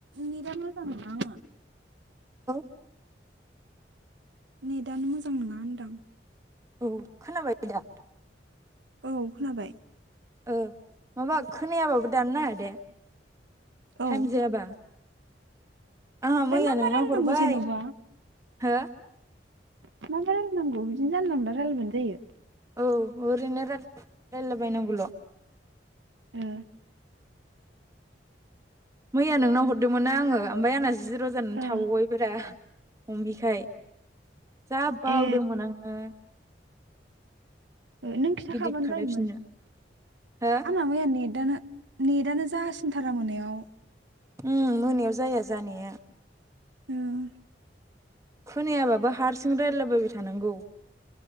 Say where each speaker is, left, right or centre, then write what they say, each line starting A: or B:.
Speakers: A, on the right; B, on the right.
A: नेटानो मोजां नङा आंना।
B: औ
A: नेटानो मोजां नङा होनदां।
B: औ खोनाबाय दा?
A: औ खोनाबाय।
B: ओ माबा खोनायाबाबो दाननो नाङा दे।
A: औ
B: थाइम
A: ओमफ्राय
B: जायाबा। आंहा
A: ओमफ्राय
B: मैया
A: मा मा
B: नोंनाव
A: रायलायनांगौ
B: हरबाय
A: जेन'बा।
B: हो
A: मा मा रायलायनांगौ बिदिनो जानला मोनला रायलायबानो जायो।
B: औ ओरैनो राय रायलायला बायनांगौल'।
A: ए
B: मैया नोंनाव हरदोंमोन ना आङो ओमफ्राय आंना जिर' जानानै
A: ओ
B: थाबावबायब्रा हमिखाय जा बावदोंमोन
A: ए
B: आङो।
A: ए नों खिथाखाबानो
B: इदिट खालायफिननो
A: जायोमोन।
B: हो
A: आंना मैया नेदानो नेदानो जासिनथारा मोनायाव।
B: उम मोनायाव जाया जानाया।
A: उम
B: खोनायाबाबो हारसिं रायलाबायबाय थानांगौ।